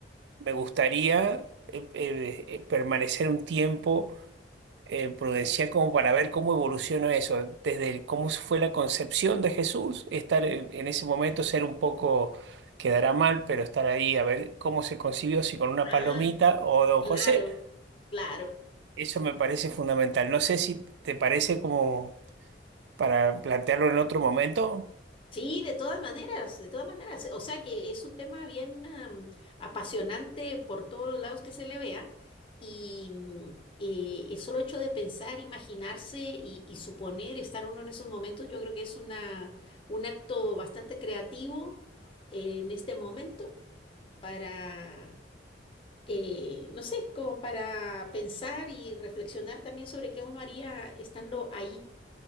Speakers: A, on the right; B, on the left.
A: me gustaría eh, eh, eh, permanecer un tiempo eh, prudencial como para ver cómo evoluciona eso, desde el- cómo fue la concepción de Jesús, estar en, en ese momento, ser un poco... Quedará mal, pero estar ahí a ver cómo se concibió, si con una palomita
B: Ah,
A: o Don
B: claro,
A: José.
B: claro.
A: Eso me parece fundamental. No sé si te parece como para plantearlo en otro momento.
B: Sí, de todas maneras, de todas maneras. O sea que es un tema bien am, apasionante por todos los lados que se le vea. Y mm, eh, el solo hecho de pensar, imaginarse y, y suponer estar uno en esos momentos, yo creo que es una, un acto bastante creativo en este momento para eh, no sé, como para pensar y reflexionar también sobre qué uno haría estando ahí.